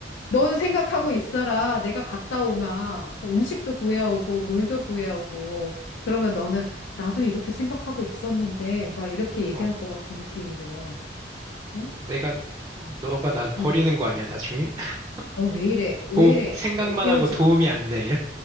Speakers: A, on the left (about 85°); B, on the right (about 20°).
A: 넌 생각하고 있어라. 내가 갔다 오면 음식도 구해오고 물도 구해오고 그러면 너는 나도 이렇게 생각하고 있었는데 막 이렇게 얘기할
B: 어.
A: 것 같은 느낌이 들어. 응?
B: 내가, 너가 나 버리는
A: 응.
B: 거 아니야, 나중에? <laughs>
A: 어, 왜 이래? 왜
B: 오,
A: 이래?
B: 생각만
A: 어, 이러지
B: 하고 도움이
A: 마.
B: 안 돼.